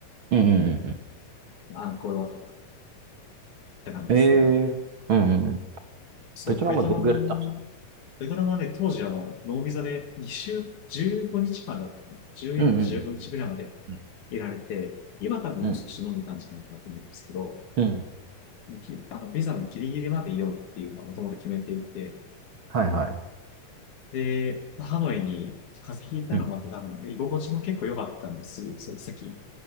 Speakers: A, on the right; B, on the left.
A: うんうん。
B: アンコールワットとかって感じですね。
A: ええー、うん、うん。
B: そう、
A: ベトナムはどんぐらいいたんですか
B: ベトナム、ベトナムはね、当時あの、ノービザで2週、15日間だったかな。14か15日ぐらいまで
A: うんうんうん、
B: いられて、今多分もう少し伸びたんじゃないかなと思うんですけど、
A: うん、うん、うん。
B: きあの、ビザのギリギリまでいようっていう、まあ、もともと決めていて、
A: はいはい。
B: で、ハノイに風邪ひいたのもあって多分、
A: うん、
B: で、居心地も結構良かったんです。その先、